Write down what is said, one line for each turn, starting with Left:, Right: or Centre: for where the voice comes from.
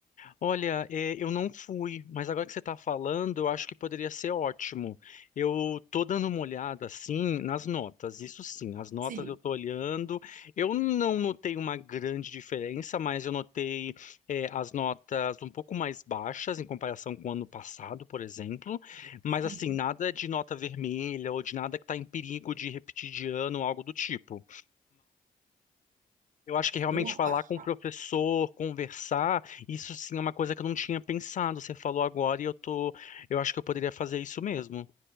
Left: Olha, é, eu não fui, mas agora que você está falando, eu acho que poderia ser ótimo. Eu tô dando uma olhada, assim, nas notas, isso sim, as notas
Right: Sim.
Left: eu tô olhando. Eu não notei uma grande diferença, mas eu notei, é, as notas um pouco mais baixas em comparação com o ano passado, por exemplo. Mas,
Right: Sim.
Left: assim, nada de nota vermelha ou de nada que está em perigo de repetir de ano, algo do tipo. Eu acho que realmente
Right: Deu uma
Left: falar
Right: baixada.
Left: com o professor, conversar, isso sim é uma coisa que eu não tinha pensado. Você falou agora e eu tô, eu acho que eu poderia fazer isso mesmo.